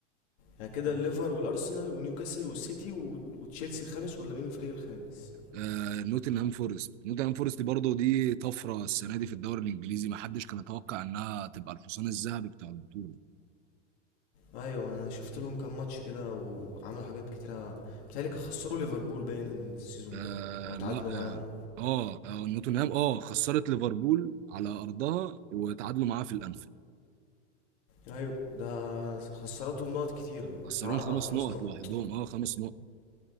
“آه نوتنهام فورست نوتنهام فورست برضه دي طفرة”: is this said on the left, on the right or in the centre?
Right